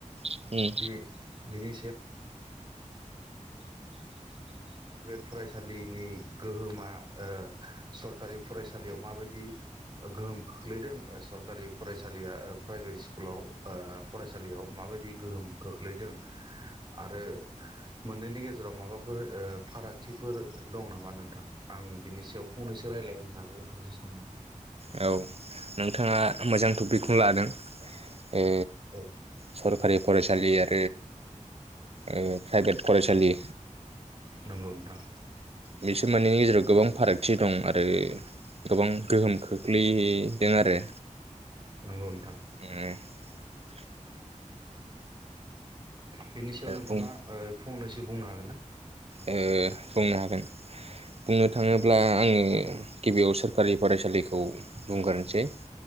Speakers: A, on the right; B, on the right.
A: उम
B: बे बेनि <unintelligible> फरायसालिनि गोहोमा ओ सरकारि फरायसालियाव माबायदि गोहोम खोख्लैदों सरखारि फरायसालिया प्राइभेट स्कुलाव ओ फरायसालियाव माबायदि गोहोम खोख्लैदों आरो मोननैनि गेजेराव माबाफोर ओ फाराग थिफोर दं नामा नोंथां आं बिनि सायाव फंनैसो रायलायनो होननानै नोंथांजों सानदोंमोन।
A: औ नोंथाङा मोजां टपिकखौनो लादों। ए
B: औ
A: सरखारि फरायसालि ओ ओ‌ प्रायभेट फरायसालि
B: नोंगौ नोंथां।
A: बिसोर मोननैनि गेजेराव गोबां फारागथि दं आरो गोबां गोहोम खोख्लै दों आरो।
B: नंगौ नों
A: <unintelligible>
B: बिनि सायाव नोंथाङा
A: बुं
B: ओ फंनैसो बुंनो हागोन ना?
A: ओ बुंनो हागोन बुंनो थाङोब्ला आङो गिबियाव सोरखारि फरायसालिखौ बुंग्रोसै